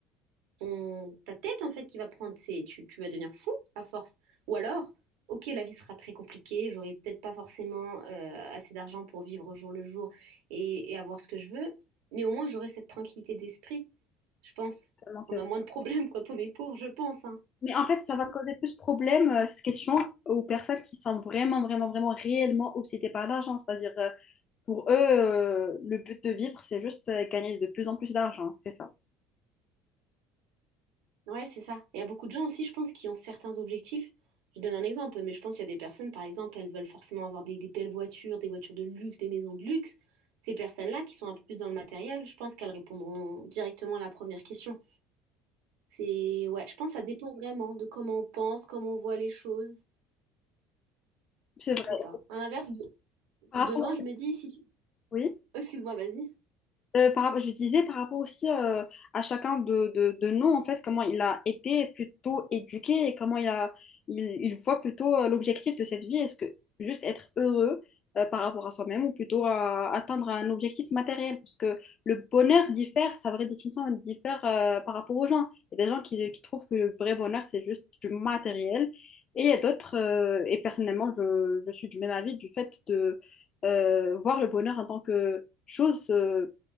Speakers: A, on the right; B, on the left.
A: ton, ta tête en fait qui va prendre, c'est tu, tu vas devenir fou à force. Ou alors, ok, la vie sera très compliquée, j'aurai peut-être pas forcément euh, assez d'argent pour vivre au jour le jour et, et avoir ce que je veux, mais au moins j'aurai cette tranquillité d'esprit, je pense.
B: Vraiment,
A: On a moins de problèmes <laughs> quand on est pauvre, je pense, hein.
B: Mais en fait, ça
A: Je
B: va
A: sais
B: te causer plus de problèmes, euh, cette question, aux personnes qui sont vraiment, vraiment, vraiment réellement obsédées par l'argent. C'est-à-dire, euh, pour eux, euh, le but de vivre, c'est juste euh, gagner de plus en plus d'argent. C'est ça.
A: Ouais, c'est ça. Et il y a beaucoup de gens aussi, je pense, qui ont certains objectifs. Je donne un exemple, mais je pense qu'il y a des personnes, par exemple, elles veulent forcément avoir des, des belles voitures, des voitures de luxe, des maisons de luxe. Ces personnes-là qui sont un peu plus dans le matériel, je pense qu'elles répondront directement à la première question. C'est, ouais, je pense que ça dépend vraiment de comment on pense, comment on voit les choses.
B: C'est
A: Je sais
B: vrai.
A: pas. À l'inverse, de-
B: Par
A: demain,
B: rapport...
A: je
B: au-
A: me dis si tu...
B: Oui.
A: Oh, excuse-moi, vas-y.
B: Euh, par, rap- je disais par rapport aussi euh, à chacun de, de, de nous, en fait, comment il a été plutôt éduqué et comment il a, il, il voit plutôt euh, l'objectif de cette vie. Est-ce que juste être heureux euh, par rapport à soi-même ou plutôt à atteindre un objectif matériel? Parce que le bonheur diffère, sa vraie définition elle diffère euh, par rapport aux gens. Il y a des gens qui, qui trouvent que le vrai bonheur, c'est juste du matériel. Et il y a d'autres, euh, et personnellement, je, je suis du même avis du fait de euh, voir le bonheur en tant que chose. euh,